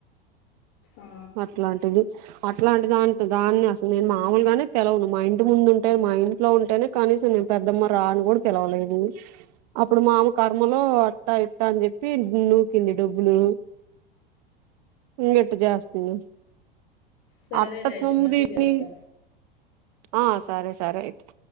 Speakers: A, on the left; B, on the right.
A: ఆ
B: అట్లాంటిది అట్లా అంటి దానితో దాన్ని అసలు నేను మామూలుగానే తెలవను మా ఇంటి ముందుం అంటే మా ఇంట్లో ఉంటేనే కనీసం నేను పెద్దమ్మ రాని కూడా పిలవలేదు అప్పుడు మామ కర్మలో అట్టా ఇట్ట అని చెప్పి నూకింది డబ్బులు ఇంగిట్ జేస్తుంది
A: సరేలే
B: అట్ట
A: అయితే
B: సోముదీన్
A: మళ్ళీ చేస్తా
B: ఆ సరే సరే అయితే